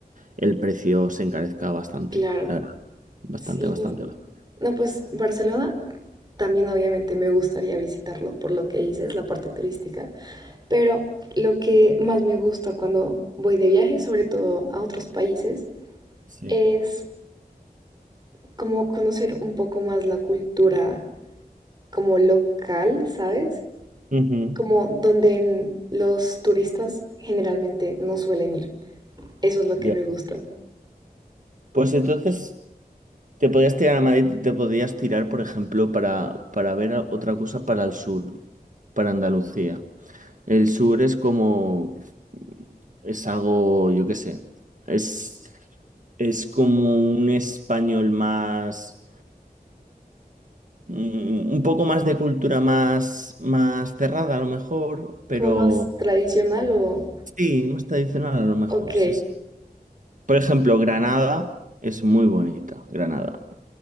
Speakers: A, on the right; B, on the right.
A: el precio se encarezca bastante,
B: Claro,
A: la verdad. Bastante,
B: sí.
A: bastante. bastante.
B: No, pues Barcelona también obviamente me gustaría visitarlo por lo que dices, la parte turística, pero lo que más me gusta cuando voy de viaje, sobre todo a otros países,
A: Sí.
B: es como conocer un poco más la cultura como local, ¿sabes?
A: Ujú,
B: Como donde en- los turistas generalmente no suelen ir. Eso es lo que
A: Ya.
B: me gusta.
A: Pues entonces te podías tirar a Madrid, te podías tirar, por ejemplo, para, para ver a- otra cosa para el sur, para Andalucía. El sur es como, es algo, yo qué sé, es, es como un español más, mm, un poco más de cultura más, más cerrada a lo mejor, pero
B: Como más tradicional o...
A: sí, más tradicional a lo mejor,
B: Ok.
A: sí, sí. Por ejemplo, Granada es muy bonita, Granada.